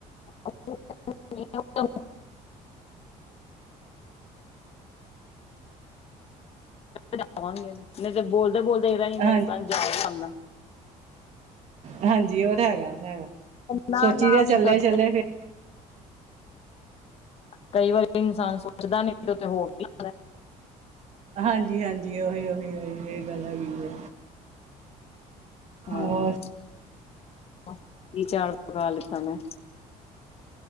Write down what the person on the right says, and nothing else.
ਹਾਂਜੀ
ਹਾਂਜੀ ਔ ਤਾਂ ਹੈਗਾ, ਹੈਗਾ
ਸੋਚੀ
ਦੈ ਚੱਲੇ,
ਚੱਲੇ ਫਿਰ
ਹਾਂਜੀ-ਹਾਂਜੀ, ਔਹੀ-ਔਹੀ-ਔਹੀ। ਏ ਗੱਲ ਹੈਗੀ ਏ
ਔਰ